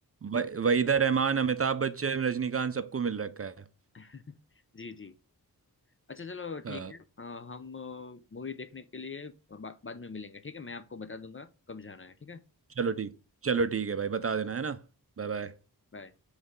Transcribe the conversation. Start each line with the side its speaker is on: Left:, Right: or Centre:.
Right: व- वहीदा रहमान अमिताभ बच्चन रजनीकांत सबको मिल रखा है
Left: <laughs> जी जी अच्छा चलो
Right: अ,
Left: ठीक है अ, हम मूवी देखने के लिए बा, बाद में मिलेंगे ठीक है मैं आपको बता दूंगा कब जाना है ठीक है
Right: चलो ठीक चलो ठीक है भाई बता देना है ना Bye bye
Left: बाय